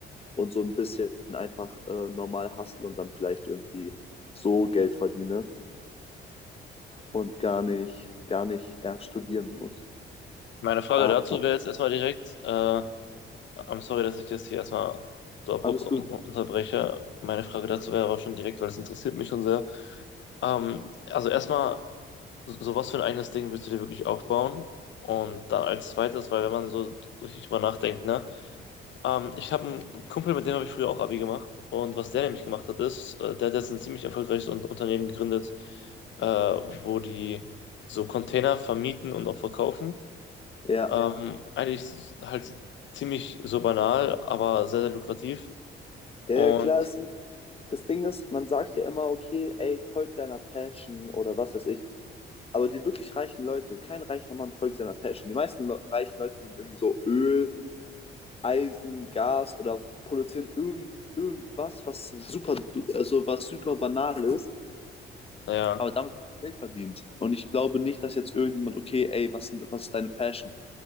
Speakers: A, on the left; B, on the left.
A: und so ein bisschen einfach äh, normal hustle und dann vielleicht irgendwie so Geld verdiene und gar nicht, gar nicht erst studieren muss.
B: Meine Frage
A: Aber
B: dazu wäre jetzt erstmal direkt, äh, I'm sorry, dass ich das hier erstmal so abrupt
A: alles
B: un-
A: gut.
B: unterbreche. Meine Frage dazu wäre aber schon direkt, weil es interessiert mich schon sehr. Ähm, also erstmal, so, so was für ein eigenes Ding willst du dir wirklich aufbauen? Und dann als zweites, weil wenn man so richtig drüber nachdenkt, ne? Ähm, ich habe einen Kumpel, mit dem habe ich früher auch Abi gemacht. Und was der nämlich gemacht hat, ist, äh, der hat jetzt ein ziemlich erfolgreiches Un Unternehmen gegründet, äh, wo die so Container vermieten und auch verkaufen.
A: Ja,
B: Ja. Ähm, eigentlich ist es halt ziemlich so banal, aber sehr, sehr lukrativ. Und
A: ja klar, es sind das Ding ist, man sagt ja immer, okay, ey, folg deiner Passion oder was weiß ich. Aber die wirklich reichen Leute, kein reicher Mann folgt seiner Passion. Die meisten Le reichen Leute sind irgendwie so Öl, Eisen, Gas oder produzieren irgend, irgendwas, was so super, also was super banal ist,
B: naja,
A: aber damit wird Geld verdient. Und ich glaube nicht, dass jetzt irgendjemand, okay, ey, was, was ist deine Passion?